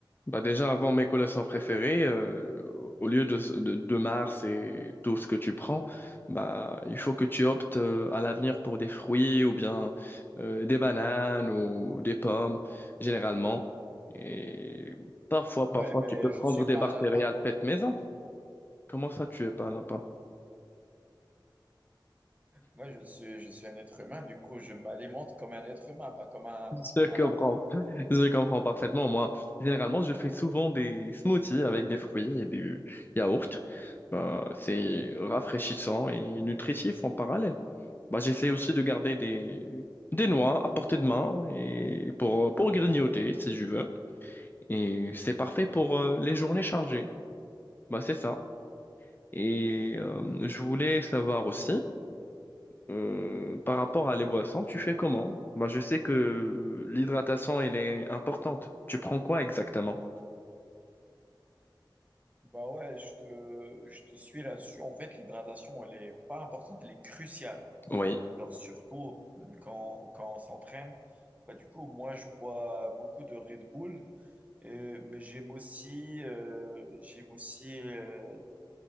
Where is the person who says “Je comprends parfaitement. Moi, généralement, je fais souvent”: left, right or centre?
Left